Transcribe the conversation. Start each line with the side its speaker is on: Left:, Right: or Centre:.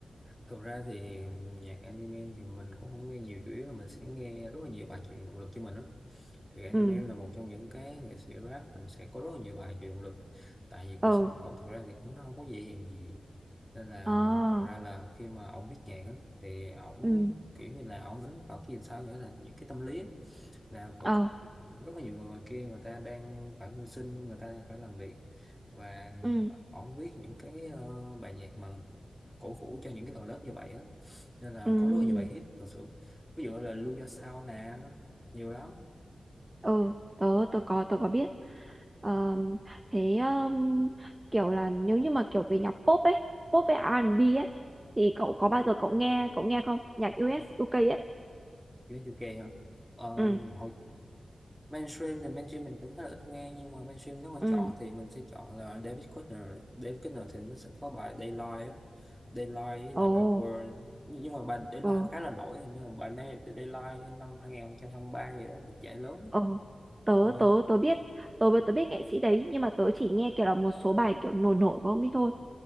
Centre: thực ra thì nhạc anime thì mình cũng không nghe nhiều chủ yếu là mình sẽ nghe rất là nhiều bài truyền động lực cho mình đó. thì anime
Right: ừ
Centre: là một trong những cái nghệ sĩ rap mình sẽ có rất là nhiều bài về động lực tại vì
Right: ờ
Centre: cuộc sống của ổng thực ra thì cũng nó không có dễ dàng gì nên là
Right: à,
Centre: thực ra là khi mà ổng viết nhạc á, thì ổng
Right: ừ
Centre: kiểu như là ổng đánh vào cái gì sao nghĩa là những cái tâm lý á, là vẫn
Right: ờ
Centre: còn rất là nhiều người ngoài kia người ta đang phải mưu sinh người ta phải làm việc và
Right: ừ
Centre: ổng viết những cái ờ, bài nhạc mà cổ vũ cho những cái tầng lớp như vậy á nên là
Right: Ừ,
Centre: có rất là nhiều bài hit thật sự ví dụ là Lưu Do Sao nè nhiều lắm
Right: ừ, tớ tớ có tớ có biết. Ờ, thế um, kiểu là nếu như mà kiểu về nhạc pop ấy, pop với R&B ấy thì cậu có bao giờ cậu nghe cậu nghe không? Nhạc US UK ấy.
Centre: US UK hả? Ờ,
Right: Ừ,
Centre: hồi mainstream thì mainstream mình cũng khá là ít nghe nhưng mà mainstream nếu mà
Right: ừ.
Centre: chọn thì mình sẽ chọn là David Kushner David Kushner thì nó sẽ có bài Daylight á. Daylight với
Right: Ồ,
Centre: lại bài Burn nhưng nhưng mà bài Daylight
Right: ờ,
Centre: khá là nổi hình như là bài này Daylight năm 2023 gì đó được giải lớn
Right: ờ. Tớ
Centre: ờ,
Right: tớ tớ biết, tớ tớ biết nghệ sĩ đấy nhưng mà tớ chỉ nghe kiểu là một số bài kiểu nổi nổi của ông ấy thôi.